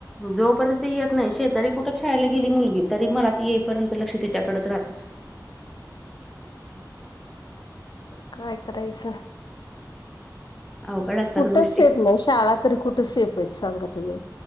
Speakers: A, in the centre; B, on the left.
A: जोपर्यंत येत नाही शेजारी कुठं खेळायला गेली मुलगी तरी मला ती येईपर्यंत लक्ष तिच्याकडच राहतं.
B: काय करायचं!
A: अवघड असतात
B: कुठ
A: गोष्टी.
B: सेफ नाही. शाळा तरी कुठ सेफ आहे? सांगा तुम्ही.